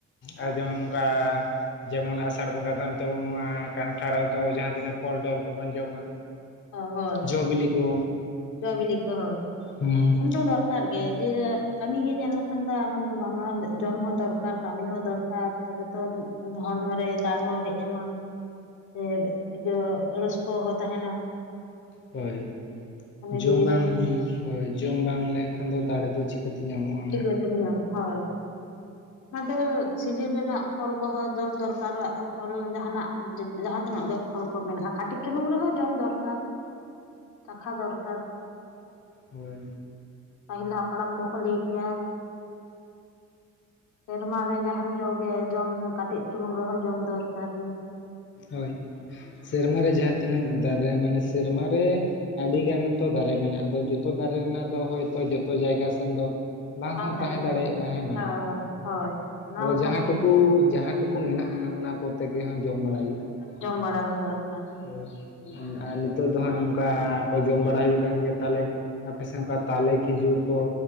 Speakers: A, on the left; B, on the left.
A: ᱟᱨ ᱡᱮᱢᱚᱱ ᱱᱚᱝᱠᱟ ᱡᱮᱢᱚᱱ ᱟᱥᱟᱲ ᱵᱚᱸᱜᱟ ᱫᱚ ᱱᱤᱛᱚᱜ ᱱᱚᱣᱟ ᱠᱟᱱᱴᱷᱟᱲ ᱫᱚ ᱡᱟᱦᱟᱸ ᱛᱤᱱᱟᱹᱜ ᱯᱷᱚᱞ ᱰᱚᱞ ᱠᱚᱵᱚᱱ ᱡᱚᱢᱟ,
B: ᱦᱳᱭ
A: ᱡᱚ ᱵᱤᱞᱤ ᱠᱚ
B: ᱡᱚ ᱵᱤᱞᱤ ᱠᱚ ᱦᱳᱭ ᱾
A: ᱦᱩᱸ
B: ᱡᱚᱢ ᱫᱚ ᱫᱚᱨᱠᱟᱨ ᱫᱚᱨᱠᱟᱨ ᱜᱮ ᱡᱮ ᱠᱟᱹᱢᱤ ᱜᱮ ᱧᱮᱞ ᱞᱮᱠᱷᱟᱱ ᱫᱚ ᱮᱢᱚᱱ ᱫᱚ ᱵᱟᱝᱟ ᱡᱚᱢ ᱦᱚᱸ ᱫᱚᱨᱠᱟᱨ ᱠᱟᱹᱢᱤ ᱦᱚᱸ ᱫᱚᱨᱠᱟᱨ ᱛᱚᱵᱮ ᱛᱚ ᱦᱚᱲᱢᱚ ᱨᱮ ᱫᱟᱲᱮ ᱦᱚᱸ ᱦᱮᱡ ᱟᱢᱟ ᱥᱮ ᱤᱭᱟᱹ ᱨᱟᱹᱥᱠᱟᱹ ᱦᱚᱸ ᱛᱟᱦᱮᱱᱟ ᱾
A: ᱦᱳᱭ ᱡᱚᱢ
B: ᱡᱤᱣᱤ
A: ᱵᱟᱝ
B: ᱨᱮ
A: ᱦᱳᱭ ᱡᱚᱢ ᱵᱟᱝ ᱞᱮᱱᱠᱷᱟᱱ ᱼᱮᱠᱷᱟᱱ ᱫᱟᱲᱮ ᱫᱚ ᱪᱤᱠᱟᱹ ᱛᱮ ᱧᱟᱢᱚᱜᱼᱟ ᱾
B: ᱪᱤᱠᱟᱹ ᱛᱮᱢ ᱧᱟᱢ ᱦᱳᱭ ᱚᱱᱟᱫᱚ ᱥᱤᱡᱤᱱ ᱨᱮᱱᱟᱜ ᱯᱷᱚᱞ ᱠᱚᱦᱚᱸ ᱡᱚᱢ ᱫᱚᱨᱠᱟᱨᱚᱜᱼᱟ ᱯᱷᱚᱞ ᱡᱟᱦᱟᱱᱟᱜ ᱡᱟᱦᱟᱸ ᱛᱤᱱᱟᱹᱜ ᱜᱮ ᱯᱷᱚᱞ ᱠᱚ ᱢᱮᱱᱟᱜᱼᱟ ᱾ ᱠᱟᱹᱴᱤᱡ ᱪᱩᱞᱩᱝ ᱨᱮᱦᱚᱸ ᱡᱚᱢ ᱫᱚᱨᱠᱟᱨ, ᱪᱟᱠᱷᱟ ᱫᱚᱨᱠᱟᱨ
A: ᱦᱳᱭ
B: ᱯᱟᱹᱦᱤᱞ ᱦᱟᱯᱲᱟᱢ ᱠᱚᱠᱚ ᱞᱟᱹᱭ ᱜᱮᱭᱟ ᱥᱮᱨᱢᱟ ᱨᱮ ᱡᱟᱦᱟᱱ ᱡᱚᱜᱮ ᱡᱚᱢ ᱠᱟᱹᱴᱤᱡ ᱪᱩᱞᱩᱝ ᱨᱮᱦᱚᱸ ᱡᱚᱢ ᱫᱚᱨᱠᱟᱨ ᱜᱮ
A: ᱦᱳᱭ ᱥᱮᱨᱢᱟᱨ ᱨᱮ ᱡᱟᱦᱟᱸ ᱛᱤᱱᱟᱹᱜ ᱫᱟᱨᱮ ᱢᱟᱱᱮ ᱥᱮᱨᱢᱟᱨ ᱨᱮ ᱟᱹᱰᱤᱜᱟᱱ ᱦᱚᱛᱚ ᱫᱟᱨᱮ ᱢᱮᱱᱟᱜᱼᱟ ᱟᱫᱚ ᱡᱚᱛᱚ ᱫᱟᱨᱮ ᱨᱮᱱᱟᱜ ᱫᱚ ᱦᱚᱭᱛᱳ ᱡᱚᱛᱚ ᱡᱟᱭᱜᱟ ᱥᱮᱱ ᱫᱚ ᱵᱟᱝ ᱦᱚᱸ
B: ᱛᱟᱦᱮᱱ
A: ᱛᱟᱦᱮᱸ ᱫᱟᱲᱮᱭᱟᱜᱼᱟ
B: ᱜᱮ
A: ᱦᱮᱸ ᱵᱟᱝ?
B: ᱦᱳᱭ ᱦᱳᱭ ᱦᱳᱭ ᱚᱱᱟ
A: ᱟᱫᱚ
B: ᱦᱚᱸ
A: ᱡᱟᱦᱟᱸ
B: ᱠᱟᱛᱷᱟ
A: ᱴᱩᱠᱩ ᱡᱟᱦᱟᱸ ᱴᱩᱠᱩ ᱢᱮᱱᱟᱜᱼᱟ ᱚᱱᱟ ᱠᱚᱛᱮᱜᱮ ᱦᱚᱸ ᱡᱚᱢ ᱵᱟᱲᱟᱭ ᱦᱩᱭᱩᱜᱼᱟ ᱾
B: ᱡᱚᱢ ᱵᱟᱲᱟ ᱫᱚ ᱫᱚᱨᱠᱟᱨ ᱾
A: ᱦᱳᱭ ᱟᱨ ᱱᱤᱛᱳᱜ ᱫᱚ ᱦᱟᱸᱜ ᱚᱝᱠᱟ ᱠᱚ ᱡᱚᱢ ᱵᱟᱲᱟ ᱦᱩᱭᱩᱜ ᱠᱟᱱ ᱜᱮᱭᱟ ᱛᱟᱦᱚᱞᱮ ᱟᱯᱮ ᱥᱮᱜ ᱚᱱᱠᱟ ᱛᱟᱞᱮ ᱠᱷᱤᱡᱩᱨ ᱠᱚ